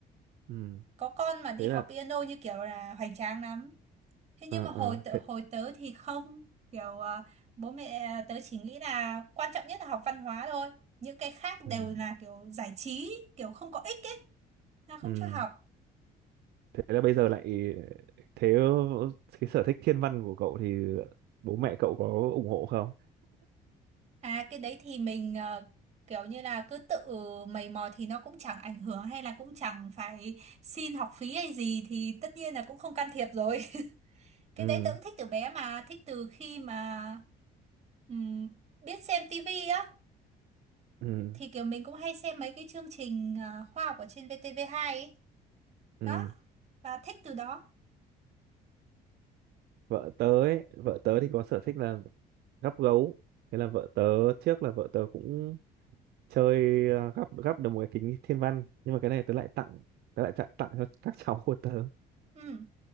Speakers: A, on the right (about 70°); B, on the right (about 40°).
A: ừm,
B: có con mà đi
A: thế
B: học
A: là
B: piano như kiểu là hoành tráng lắm thế nhưng
A: ờ
B: mà hồi
A: ờ
B: tớ,
A: thế
B: hồi tớ thì không kiểu ờ, bố mẹ ờ, tớ chỉ nghĩ là quan trọng nhất là học văn hóa thôi những cái khác
A: ừm,
B: đều là kiểu giải trí kiểu không có ích ấy là không
A: ừm.
B: cho học
A: thế là bây giờ lại thế cái sở thích thiên văn của cậu thì bố mẹ cậu có ủng hộ không
B: À cái đấy thì mình ờ, kiểu như là cứ tự mày mò thì nó cũng chẳng ảnh hưởng hay là cũng chẳng phải xin học phí hay gì thì tất nhiên là cũng không can thiệp rồi. <laughs> Cái
A: ừ
B: đấy tớ cũng thích từ bé mà, thích từ khi mà ừm, biết xem tivi á
A: ừ
B: thì kiểu mình cũng hay xem mấy cái chương trình ờ, khoa học ở trên vtv hai ấy.
A: ừ
B: Đó, và thích từ đó.
A: vợ tớ ấy, vợ tớ thì có sở thích là gắp gấu thế là vợ tớ trước là vợ tớ cũng chơi ờ, gắp gắp được một cái kính thiên văn nhưng mà cái này tớ lại tặng tớ lại tặng, tặng cho các <laughs> cháu của tớ
B: Ừ.